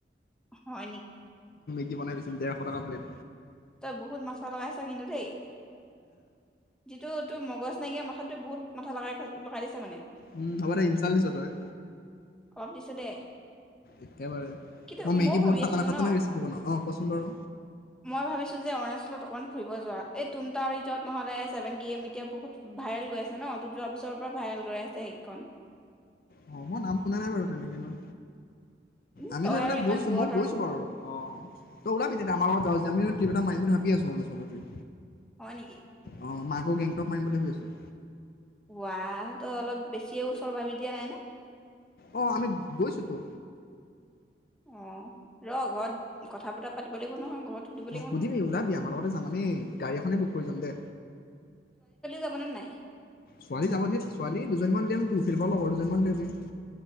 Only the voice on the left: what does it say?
কি বনাই পিছে ডেৰশ টকা প্লেট?
উম হ'ব দে ইন্ছাল দিছ' তই!
একেবাৰে
মই মেগী
বহুত
খাটানা
খাটানা ৰেচিপি বনাওঁ অঁ কচোন বাৰু
অ মই নাম শুনা নাই বাৰু তেনেকে ইমান।
আমিতো
এইবিলাক
গৈছো,
মই গৈছো
বাৰু, অ! তই ওলাবি তেতিয়া আমাৰ লগত যাৱ যদি, আমি টিপ এটা মাৰিম বুলি ভাবি আছো অৰুণাচলতেই
অঁ, মই আক' গেংটক মাৰিম বুলি ভাবি আছোঁ।
অ আমি গৈছোতো।
অ সুধিবি,
ওলাবি। আমাৰ লগতে যাম, আমি গাড়ী এখনেই বুক কৰি যাম দে।
ছোৱালী যাব ধেত। ছোৱালী দুজনীমান উলিয়াচোন তোৰ চিনি পোৱা লগৰ দুজনীমান উলিয়াবি।